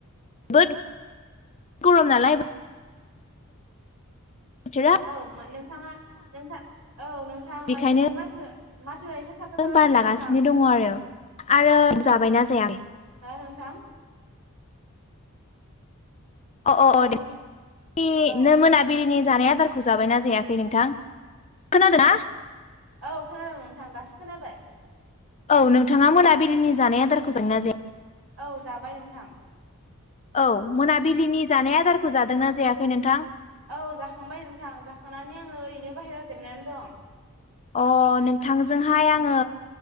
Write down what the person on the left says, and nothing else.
बोद गरम नालाय बोथोरा
बेखायनो
बार
लागासिनो
दङ' आरो। आरो जाबायना जाया
अ
अ अ दे <unintelligible>
मोनाबिलिनि जानाय आदारखौ जाबायना जायाखै नोंथां? खोनादों ना?
औ नोंथाङा मोनाबिलिनि जानाय आदारखौ जायो ना जाया।
औ मोनाबिलिनि जानाय आदारखौ जादोंना जायाखै नोंथां?
अ नोंथांजोंहाय आङो